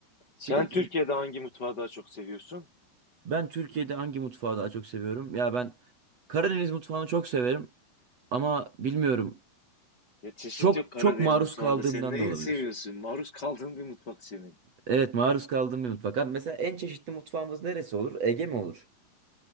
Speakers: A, on the left; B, on the right.
A: Sen
B: Bir de
A: Türkiye'de hangi mutfağı daha çok seviyorsun?
B: Ben Türkiye'de hangi mutfağı daha çok seviyorum? Ya ben Karadeniz mutfağını çok severim ama bilmiyorum.
A: Ya çeşit
B: Çok
A: yok Karadeniz
B: çok maruz
A: mutfağında.
B: kaldığımdan
A: Sen neyi
B: da olabilir.
A: seviyorsun? Maruz kaldığın bir mutfak senin.
B: Evet, maruz kaldığım bir mutfak. Abi mesela en çeşitli mutfağımız neresi olur? Ege mi olur?